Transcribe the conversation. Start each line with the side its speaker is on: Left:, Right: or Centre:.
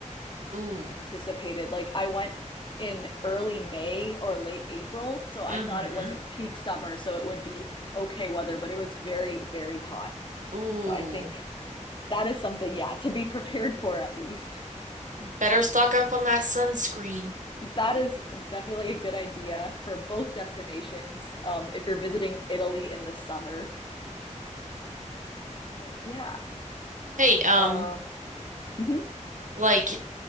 Right: Ooh.
Left: than I anticipated. Like I went in early May or late April, so I
Right: Mm-hmm.
Left: thought it wasn't peak summer, so it would be okay weather, but it was very, very hot.
Right: Ooh.
Left: So I think that is something, yeah, to be <laughs> prepared for at least.
Right: Better stock up on that sunscreen.
Left: That is definitely a good idea for both destinations um, if you're visiting Italy in the summer. But yeah.
Right: Hey, um,
Left: Um, mhm.
Right: like